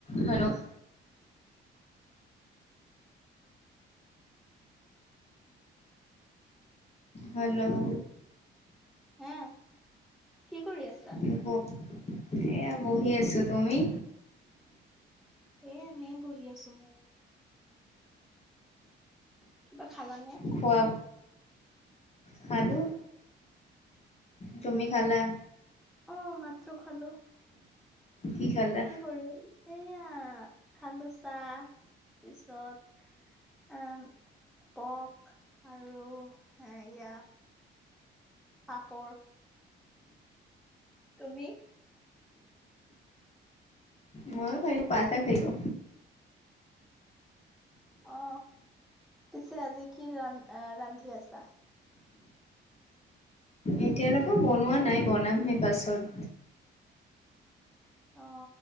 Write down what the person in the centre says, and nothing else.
হা কি কৰি আছ
এ এনেই পহি আছো মই কিবা খালা নে
অ মাত্ৰ খালো
কি কৰি এইয়া খালো চা পিছত আহ পপ আৰু এয়া পাপৰ তুমি
অ পিছে আজি কি ৰা আহ ৰান্ধি আছা
অ